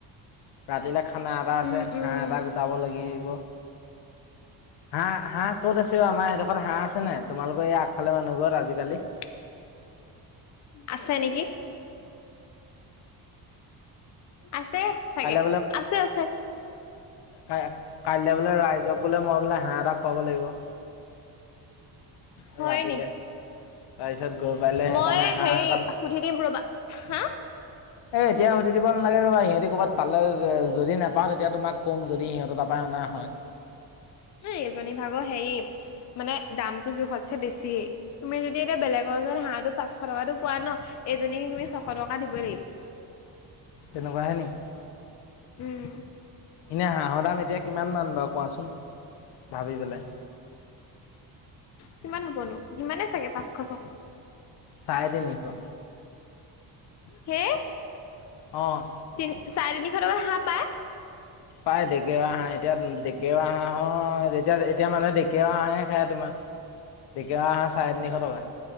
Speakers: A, on the left; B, on the left.
A: ৰাতিলে খানা এটা আছে,
B: উম উম
A: হাঁহ এটা গোটাব লাগিব। হাঁহ হাঁহ ক'ত আছে অ আমাৰ এডোখৰত হাঁহ আছে নাই? তোমালোকৰ এ আগফালে মানুহ ঘৰত আজিকালি। <inaudible>
B: আছে নেকি। আছে চাগে,
A: কাইলৈ
B: আছে আছে।
A: কাই কাইলে বোলে ৰাইজক বোলে মই বোলে হাঁহ এটা খুৱাব লাগিব।
B: হয়
A: ৰাতিলে,
B: নি
A: তাৰপিছত গৈ পাইলে সেইকাৰণে
B: মই
A: হাঁহ
B: হেৰি
A: এটা
B: সুধি দিম ৰবা, হা?
A: এ এতিয়া সুধি দিব নালাগে ৰ'বা, সিহঁতি কবাত পালে য যদি নাপাওঁ তেতিয়া তোমাক কম, যদি সিহঁতৰ তাত পা অনা হয়।
B: এজনী ভাগৰ হেৰি, মানে দামটো জোখতছে বেছি। তুমি যদি এতিয়া বেলেগৰ ওচৰত হাঁহটো পাঁচশ টকাটো পোৱা ন, এজনীক তুমি ছশ টকা দিবই লাগিব।
A: তেনেকুৱাহে নি।
B: উম।
A: এনেই হাঁহৰ দাম এতিয়া কিমান মান বাৰু কোৱাচোন, ভাবি পেলাই।
B: কিমান হ'বনো সিমানে চাগে পাঁচশ ছশ।
A: চাৰে তিনিশ।
B: হে।
A: অঁ।
B: তিন চাৰে তিনিশ টকাত হাঁহ পায়।
A: পায় ডেকেৰুৱা হাঁহ, এতিয়া ডেকেৰুৱা হাঁহৰ এতিয়া এতিয়া মানুহে ডেকেৰুৱা হাঁহে খায় তোমাৰ। ডেকেৰুৱা হাঁহ চাৰে তিনিশ টকা।